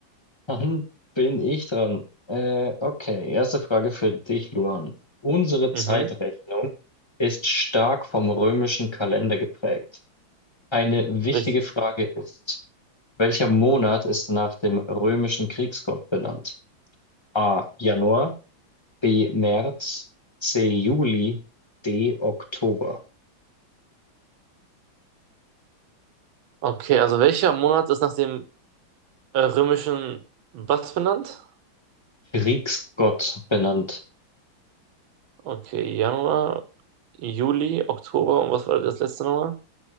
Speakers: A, on the left (about 15°); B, on the right (about 80°).
A: Dann bin ich dran. Äh, okay, erste Frage für dich, Luan. Unsere Zeitrechnung
B: mhm,
A: ist stark vom römischen Kalender geprägt. Eine wichtige
B: richtig.
A: Frage ist, welcher Monat ist nach dem römischen Kriegsgott benannt? A. Januar, B. März, C. Juli, D. Oktober.
B: Okay, also welcher Monat ist nach dem äh, römischen was benannt?
A: Kriegsgott benannt.
B: Okay, Januar, Juli, Oktober und was war das letzte nochmal?